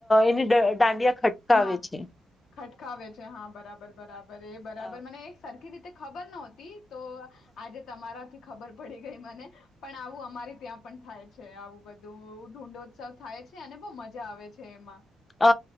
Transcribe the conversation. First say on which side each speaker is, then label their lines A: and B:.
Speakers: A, on the left (about 25°); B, on the left (about 75°).
A: એની દાંડિયા ખટકાવે
B: માં
A: છે.
B: ખટકાવે છે હા બરાબર બરાબર. બરાબર
A: હા
B: મને એક સરારખી રી તે ખબર નહતી તો આજે તમારાથી ખબર પડી ગઈ મને પણ આવું અમારી ત્યાં પણ થાય છે આવું બધું ઢુંંડોત્સવ થાય છે અને બહુ મજા આવે છે એમાં
A: હ